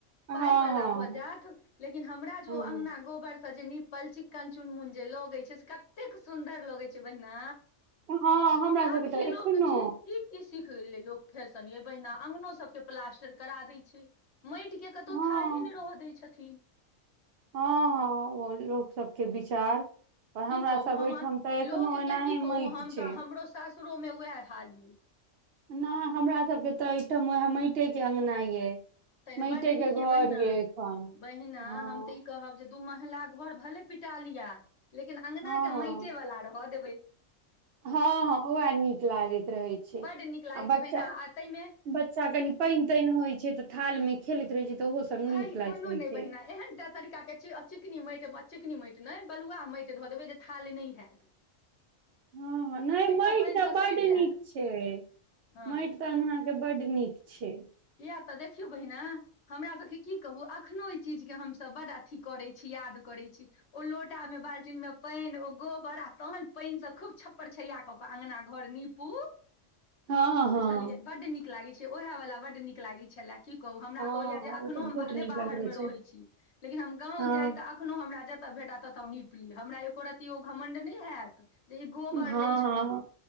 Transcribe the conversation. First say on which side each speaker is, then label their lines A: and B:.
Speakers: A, on the right; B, on the left.
A: हँ
B: पाइवला
A: हँ
B: भऽ जाथ लेकिन हमरा जे
A: हँ
B: अङ्गना गोबर से जे निीपल चिक्कन चुनमुन जे लगे छै से क एतेक सुन्दर लगै छै बहिना
A: हँ हमरा
B: आब
A: सबके
B: ई
A: तऽ एखनो
B: लोक छी ई सिख गेले लोक फैशन ये बहिना अंगनो सब के प्लास्टर करा देय छै। माटिके कतहु
A: हँ
B: थाहे नहिं रहय दैत छथिन
A: हँ हँ ओ लोक सबके विचार पर हमरा
B: की कहू
A: सब
B: हम
A: एहिठाम
B: आ
A: तऽ एखनो
B: लोकके
A: एनाहे
B: की कहू
A: माटि
B: हम
A: छै
B: तऽ हमरो सासुरोमे उएह हाल य
A: नय हमरा सबके तऽ ठाम व माटे के अंगगना ये
B: तय
A: माइटे
B: बड
A: के
B: नीक
A: घर
B: ये बहिना
A: एखन
B: बहिना
A: हँ
B: हम तऽ ई कहब जे दू महला घर भले पिटा लिया लेकिन अङंगना
A: हँ
B: के
A: हँ
B: माटे वला रह देबै
A: हँ हँ ओ नीक लागैत रहै छै
B: बड नीक लागैत
A: आ बच्चा
B: छै बहिना आ ताहि में
A: बच्चा कनि पानि तानि होइ छै तऽ थाल में खेलै रहै छै तऽ ओहो सब
B: भाय
A: नीक लागैत
B: कोनो
A: रहै
B: नहि
A: छै
B: बहिना एहन टा तरीका के चिकनी माटि चिकनी माटि नहि बलुआ माटि धऽ देबै जे थाल नहि हयत
A: हँ नहि माट
B: पर पानि
A: तऽ
B: से
A: बड्ड
B: सड़ि जायत
A: नीक छ से
B: हँ
A: माटि तऽ अंगना के बड्ड नीक छ
B: किया तऽ देखियौ बहिना हमरासके की कहू एखनोहु ओहि चीजके हमसभ बड अ अथी करै छी याद करै छ ओ लोटा में बाल्टिन में पानि ओ गोबर आ तहन पानि से खूब छप्पर छैया कऽ के अङंगगना घर नीप पू
A: हँ हँ
B: बुझलियै बड नीक लागै छै ओएह वला बड नीक लागै छलै की कहू हमरा
A: हँ
B: तो ओ या जे अखनो
A: तऽ बहुत
B: हम भहले
A: नीक
B: बाहर
A: लागैत
B: मे
A: छै
B: रहै छी लेकिन हम गाँव
A: हँ
B: जाय त कखनो हमरा जतय भेटा ततहु नीप ली हमरा एको रती ओ घमण्ड नहि होयत जे ई गोबर
A: हँ
B: नइ छूब
A: हँ